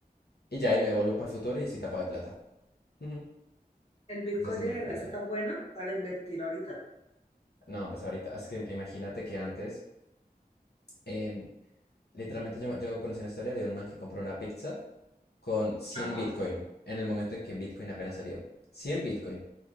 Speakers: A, on the left (about 80°); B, on the left (about 40°).
A: Y ya ahí me devuelvo para el futuro y estoy tapado de plata. Ujú.
B: ¿El Bitcoin
A: Esa es mi
B: de verdad
A: idea.
B: está tan bueno para invertir ahorita?
A: No, pues ahorita, es que imagínate que antes, em, literalmente yo, yo conocí una historia de un man que compró una pizza con 100
B: Ajá.
A: Bitcoin en el momento en que Bitcoin apenas salió. 100 Bitcoin.